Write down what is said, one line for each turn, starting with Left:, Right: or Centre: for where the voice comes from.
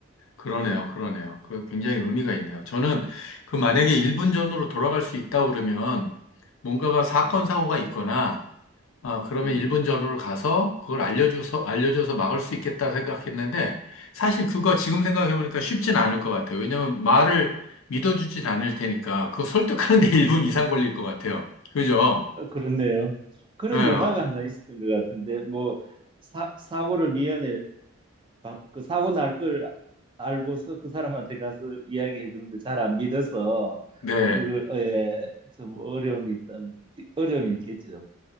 Left: 그러네요, 그러네요. 그 굉장히 의미가 있네요. 저는 그 만약에
Right: 네,
Left: 1분 전으로 돌아갈 수 있다고 그러면 뭔가가 사건,
Right: 네,
Left: 사고가 있거나, 아, 그러면
Right: 네.
Left: 1분 전으로 가서 그걸 알려줘서, 알려줘서 막을 수 있겠다 생각했는데, 사실 그거 지금 생각해보니까 쉽진 않을 것 같아요. 왜냐면 말을 믿어주진 않을 테니까, 그거 설득하는데 <laughs> 1분 이상 걸릴 것 같아요. 그죠?
Right: 어, 그렇네요. 그런
Left: 네,
Right: 영화가
Left: 아,
Right: 하나 있었던 것 같은데, 뭐, 사, 사고를 미연에, 방- 그 사고 날 걸 알고서 그 사람한테 가서 이야기해 주는데 잘 안 믿어서,
Left: 네.
Right: 그, 어, 예, 좀 어려움이 있던, 어려움이 있겠죠.